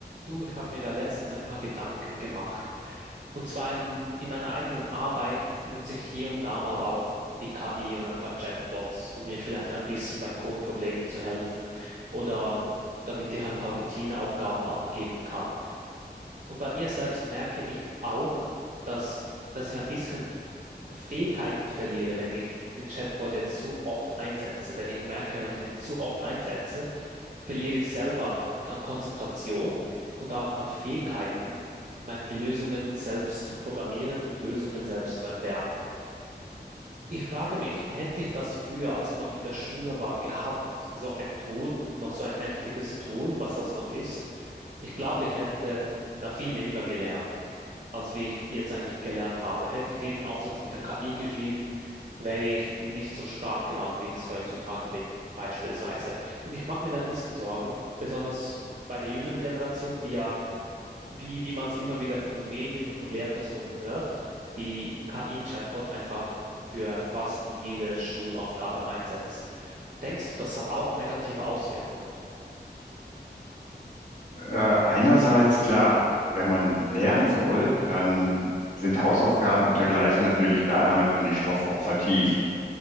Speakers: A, on the right (about 45°); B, on the left (about 45°).
A: Du, ich habe mir da letztens ein paar Gedanken gemacht. Und zwar im, in meiner eigenen Arbeit benutze ich hier und da mal auch die KI und ein paar Chatbots, um mir vielleicht ein bisschen bei Codeproblemen zu helfen oder damit ich ein paar Routineaufgaben abgeben kann. Und bei mir selbst merke ich auch, dass, dass ich ein bisschen Fähigkeiten verliere, wenn ich den Chatbot jetzt zu oft einsetze. Denn ich merke, wenn ich den zu oft einsetze, verliere ich selber an Konzentration und auch an Fähigkeiten, mein, die Lösungen selbst zu programmieren und Lösungen selbst zu entwerfen. Ich frage mich, hätte ich das früher, als ich noch in der Schule war, gehabt, so ein Tool, noch so ein mächtiges Tool, was das noch ist? Ich glaube, ich hätte da viel weniger gelernt, als wie ich jetzt eigentlich gelernt habe. Hätte ich jeden Aufsatz mit der KI geschrieben, wäre ich nicht so sprachgewandt, wie ich es heutzutage bin, beispielsweise. Und ich mache mir da ein bisschen Sorgen, besonders bei der jüngeren Generation, die ja wie, wie man es immer wieder von den Medien und von Lehrpersonen hört, die KI-Chatbots einfach für fast jede Schulaufgabe einsetzen. Denkst du, das hat auch negative Auswirkungen?
B: Äh, einerseits klar, wenn man lernen soll, dann sind Hausaufgaben und dergleichen natürlich da, damit man den Stoff auch vertieft.